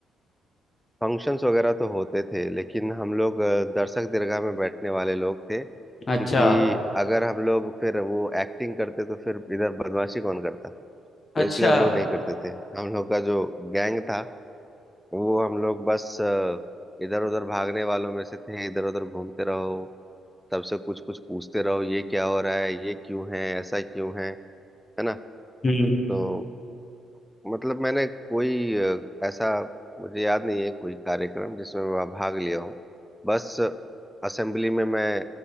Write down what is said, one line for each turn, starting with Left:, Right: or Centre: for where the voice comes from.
Centre: फंक्शंस वगैरह तो होते थे लेकिन हम लोग अ, दर्शक दीर्घा में बैठने वाले लोग थे क्योंकि
Left: अच्छा
Centre: अगर हम लोग फिर वो एक्टिंग करते तो फिर इधर बदमाशी कौन करता तो
Left: अच्छा
Centre: इसलिए हम लोग नहीं करते थे हम लोग का जो गैंग था वो हम लोग बस इधर उधर भागने वालों में से थे इधर उधर घूमते रहो सबसे कुछ कुछ पूछते रहो ये क्या हो रहा है ये क्यों है ऐसा क्यों है है ना
Left: हम्म
Centre: तो मतलब मैंने कोई अ, ऐसा मुझे याद नहीं है कोई कार्यक्रम जिसमें मैं भाग लिया हूँ बस असेंबली में मैं